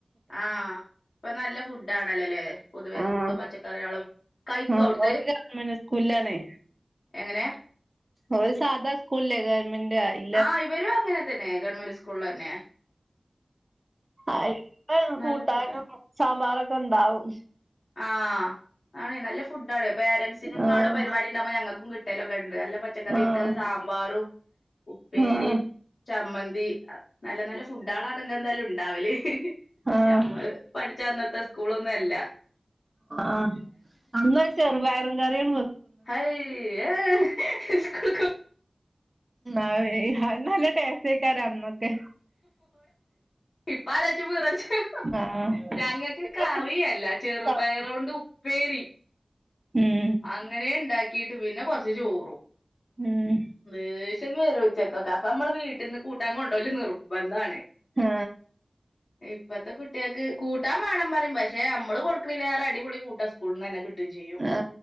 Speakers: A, on the left; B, on the right.
A: ആഹ് ഇപ്പൊ നല്ല ഫുഡ് ആണല്ലോല്ലേ പൊതുവെ
B: ആഹ്
A: സ്കൂളില് പച്ചക്കറികളും കഴിക്കൊ
B: ആഹ്
A: അവിടുത്തെ
B: ഓല് ഗവൺമെന്റ് സ്കൂളിലാണേ
A: എങ്ങനെയ
B: ഓ സാധാ സ്കൂൾ ല്ലേ ഗവൺമെന്റ് ആയി
A: ആ ഇവരും അങ്ങനെ തന്നെ ഗവൺമെന്റ് സ്കൂളിൽന്നെ
B: ആയിപ്പ
A: നല്ല
B: കൂട്ടാനും
A: ഫുഡാ
B: സാമ്പാറൊക്കെ ഇണ്ടാവും
A: ആഹ് ആണ് നല്ല ഫുഡാണ് പോരൻറ്സിനും
B: ആഹ്
A: അവിടെ പരിപാടി ണ്ടാവ് മ്പം ഞങ്ങൾക്കും കിട്ടലൊക്കണ്ട് നല്ല പച്ചക്കറി
B: ആഹ്
A: ഇട്ട് സാമ്പാറും ഉപ്പേരിം
B: ആഹ്
A: ചമ്മന്തി നല്ല നല്ല ഫുഡാണ് ആ ടെ എന്താലും ഉണ്ടാവല്
B: ആഹ്
A: ഞമ്മള് പഠിച്ചാ അന്നത്തെ സ്കൂളൊന്നും അല്ല
B: ആഹ് അന്നൊരു ചെറുപയറും കറിയും
A: ഹൈ ഏ സ്കൂൾ
B: അതു നല്ല ടേസ്റ്റാക്കാാര അന്നക്കെ
A: ഇപ്പാലോയ്ച്ച പീറടച്ചും
B: ആഹ്
A: ഞങ്ങക്ക്
B: ഇപ്പൊ
A: കറിയല്ല ചെറുപയറോണ്ട്
B: കുട്ടികൾക്കാവും
A: ഉപ്പേരി
B: ഉം
A: അങ്ങനെ ഇണ്ടാക്കിട്ട് പിന്നെ കുറച്ച് ചോറും
B: ഉം
A: ദേഷ്യം വരും ഉച്ചക്കൊക്കെ അപ്പൊമ്മള് വീട്ടീന്ന് കൂട്ടാൻ കൊണ്ടോല് നിർബന്ധാണ്
B: ഉം
A: ഇപ്പഴത്തെ കുട്ടികൾക്ക് കൂട്ടാ വേണം പറയും പക്ഷെ നമ്മള് കൊടുക്കണി ലേറെ അടിപൊളി കൂട്ടാൻ സ്കൂളിൽന്ന് തന്നെ കിട്ടും ചെയ്യും
B: ആ